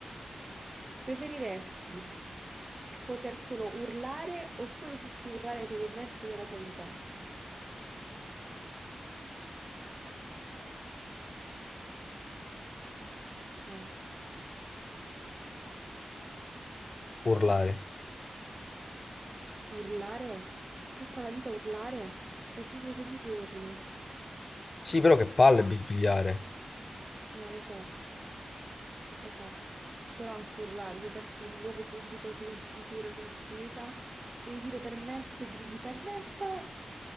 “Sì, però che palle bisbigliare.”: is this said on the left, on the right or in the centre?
Left